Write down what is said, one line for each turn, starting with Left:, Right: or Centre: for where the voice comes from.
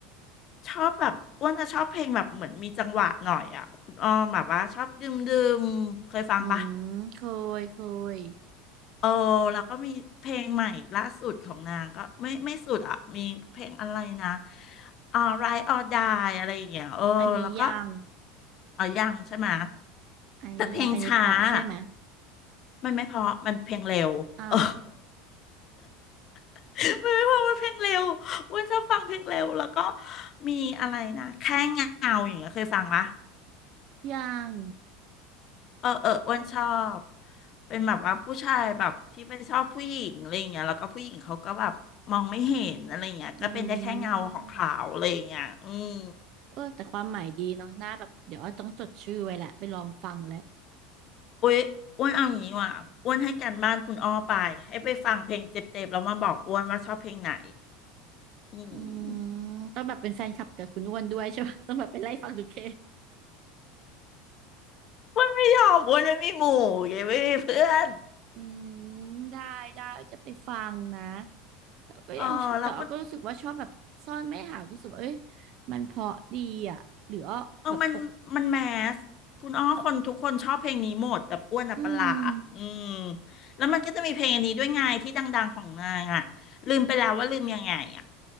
Left: ชอบแบบอ้วนจะชอบเพลงแบบเหมือนมีจังหวะหน่อยอ่ะคุณอ้อมแบบว่าชอบดื่มดื่มเคยฟังปะ
Right: อืมเคยเคย
Left: เออแล้วก็มีเพลงใหม่ล่าสุดของนางก็ไม่ไม่สุดอ่ะมีเพลงอะไรนะอ่า r i h t or Die อะไรอย่างเงี้ยเออแล้วก็
Right: อันนี้ยัง
Left: เอายังใช่ไหมะ
Right: อันนี้ยังอันนี้เพาะใช่ไหม
Left: แต่เพลงช้าอะมันไม่เพราะมันเพลงเร็วเออ
Right: อ้าว
Left: <laughs> ไม่เพราะมันเพลงเร็วอ้วนชอบฟังเพลงเร็วแล้วก็มีอะไรนะแค่เงาอย่างเงี้ยเคยฟังมะ
Right: ยัง
Left: เออเอออ้วนชอบเป็นแบบว่าผู้ชายแบบที่ไปชอบผู้หญิงอะไรอย่างเงี้ยแล้วก็ผู้หญิงเขาก็แบบมองไม่เห็นอะไรอย่างเงี้ยก็เป็นได้แค่เงาของเขาอะไรอย่างเงี้ยอืม
Right: อืมเออแต่ความหมายดีเนาะน่าแบบเดี๋ยวอ้อต้องจดชื่อไว้แหละไปลองฟังแล้ว
Left: อุ้ยอ้วนเอาอย่างนี้ว่ะอ้วนให้การบ้านคุณอ้อไปให้ไปฟังเพลงเจ็บๆแล้วมาบอกอ้วนว่าชอบเพลงไหนอืม
Right: อืมต้องแบบเป็นแฟนคลับกับคุณอ้วนด้วยใช่ปะ <laughs> ต้องแบบไปไล่ฟังดูเค
Left: อ้วนไม่ยอมอ้วนไม่มีหมู่ยังไม่มีเพื่อน
Right: อืมได้ได้จะไปฟังนะแต่ก็ยังแต่อ้อก็รู้สึกว่าชอบแบบซ่อนไม่หาวก็รู้สึกว่าเอ้ย
Left: เออแล้วคุณ
Right: มันเพราะดีอ่ะหรืออ้อแบบอก
Left: เออมันมันแมสคุณอ้อคนทุกคนชอบเพลงนี้หมดแบบอ้วนอ่ะประหลาดอืม
Right: อืม
Left: แล้วมันก็จะมีเพลงอันนี้ด้วยไงที่ดังๆของนางอ่ะลืมไปแล้วว่าลืมยังไงอ่ะ